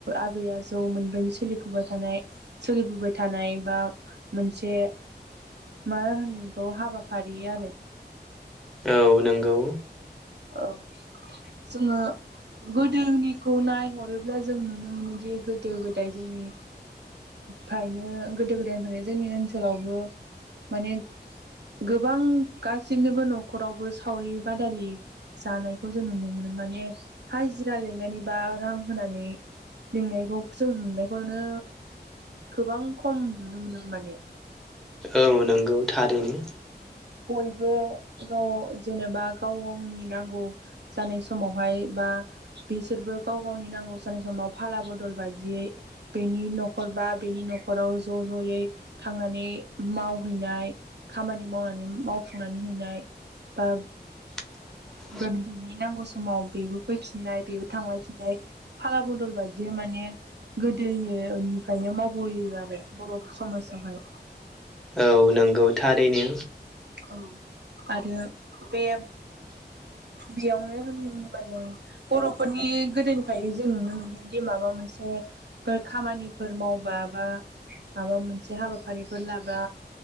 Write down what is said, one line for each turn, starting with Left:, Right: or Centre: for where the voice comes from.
Right: आबै आजौ मोनदों सोलिफाय थानाय सोलिफोबाय थानाय बा मोनसे
Centre: <inaudible>
Right: मा होनोखौ हाबाफारि आरो
Centre: औ नंगौ
Right: औ जोङो गोदोनिखौ नायहरोब्ला जों नुनो मोनोदि गोदो गोदाय जोंनि फायनो गोदो गोदायनिफ्रायनो जोंनि ओनसोलावबो माने गोबां गासिनोबो न'खरावबो सावरि बादालि जानायखौ जों नुनो मोनो माने हाजिरा लिंनानै बा रां होनानै लिंनायखौ जों नुनायखौनो गोबां खम नुनो मोनोमोन माने
Centre: औ नंगौ थारैनो
Right: बयबो गाव जेनेबा गाव गावनि नांगौ। जानाय समावहाय बा बिसोरबो गाव गावनि नांगौ जानाय समाव फाला बदल बायदियै। बेनि न'खर बा बेनि न'खराव ज' ज'यै थांनानै मावहैनाय। खामानि मावनानै मावफुंनानै हैनाय बा
Centre: <inaudible>
Right: बेनि नांगौ समाव बेबो फैफिननाय बेबो थांलाय फिनलाय फाला बदल बायदि माने। गोदोनिफ्रायनो मावबोयो आरो बर' समाजावहाय।
Centre: औ नंगौ थारैनो।
Right: औ आरो बे
Centre: <inaudible>
Right: बेयावनो होनबा जों बर'फोरनि गोदोनिफ्रायनो जों नुनो मोनगोनदि माबा मोनसे। खामानिफोर मावबा बा माबा मोनसे हाबाफारिफोर लाबा